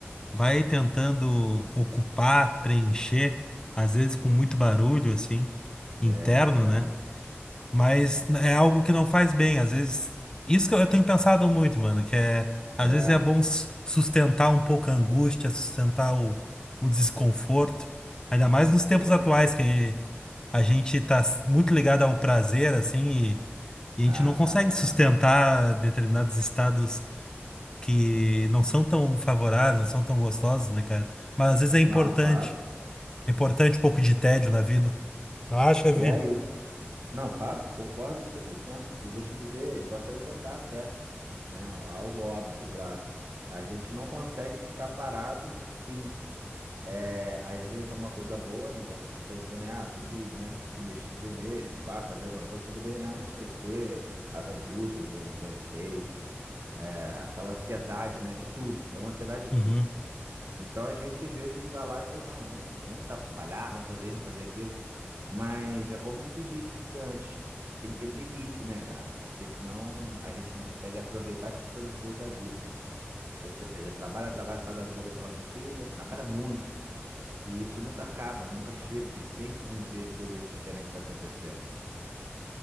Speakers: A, on the left (about 15°); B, on the right (about 70°).
A: vai tentando ocupar, preencher, às vezes com muito barulho assim,
B: É
A: interno,
B: verdade.
A: né? Mas n- é algo que não faz bem. Às vezes, isso que eu eu tenho pensado muito, mano, que é, às
B: É,
A: vezes é bom s- sustentar um pouco a angústia, sustentar o, o desconforto. Ainda mais nos tempos
B: pô,
A: atuais,
B: né?
A: que a gente tá s- muito ligado ao prazer, assim, e, e
B: Tá,
A: a gente não consegue
B: tá,
A: sustentar
B: tá.
A: determinados estados que não são tão favoráveis, não são tão gostosos, né, cara? Mas às vezes é importante.
B: Não, claro.
A: É importante um pouco de tédio na vida. Não acha, Vini?
B: E aí, eu, não, claro, concordo 100%. E vou te dizer, eu vou acrescentar até, né? Algo óbvio, claro. A gente não consegue ficar parado, fim. É, às vezes é uma coisa boa, né? Igual você está dizendo, né? ah, tem que, né, se mexer mesmo, pá, fazer alguma coisa para poder, né, esquecer as angústias, os anseios, é, aquela ansiedade, né, de tudo. É uma ansiedade de
A: Uhum.
B: tudo. Então a gente às vezes vai lá e não, vamos, vamos trabalhar, vamos fazer isso, vamos fazer aquilo. Mas é como tu disse antes, tem que ter limite, né, cara? Porque senão a gente não consegue aproveitar as coisas boas da vida. Ou seja, trabalha, trabalha para dar uma vida boa para nossa filha, trabalha muito. E isso nunca acaba, nunca chega, porque sempre vão ter coisas diferentes acontecendo.